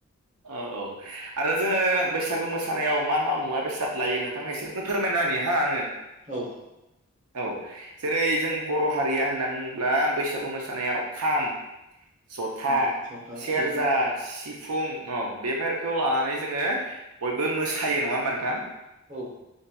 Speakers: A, on the right (about 85°); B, on the right (about 35°).
A: औ औ आरो जोङो बैसागु मोसानायाव मा मा मुवा बेसाद लायो नोंथांनो इसे फोरमायना होनि हा आङो।
B: औ
A: औ जेरै जों बर' हारिया होनना बुङोब्ला बैसागु मोसानायाव खाम ज'था
B: उम जथा
A: सेरजा
B: सिफुं
A: सिफुं फुं औ बेफोरखौ लानानै जोङो बयबो मोसायो। नङा होमबा नोंथां?
B: औ